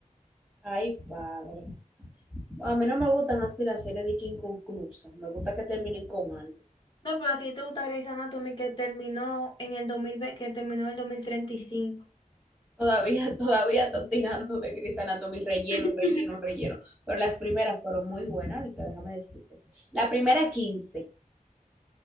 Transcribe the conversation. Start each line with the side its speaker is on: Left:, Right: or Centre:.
Centre: Ay, padre. A mí no me gustan así las series de que inconclusas, me gusta que terminen con algo.
Left: No, pero si te gusta Grey's Anatomy que terminó en el dos mil ve que terminó en el 2035.
Centre: Todavía, <laughs> todavía están tirando de Grey's Anatomy, relleno,
Left: <laughs>
Centre: relleno, relleno. Pero las primeras fueron muy buenas, ahorita déjame decirte. La primera quince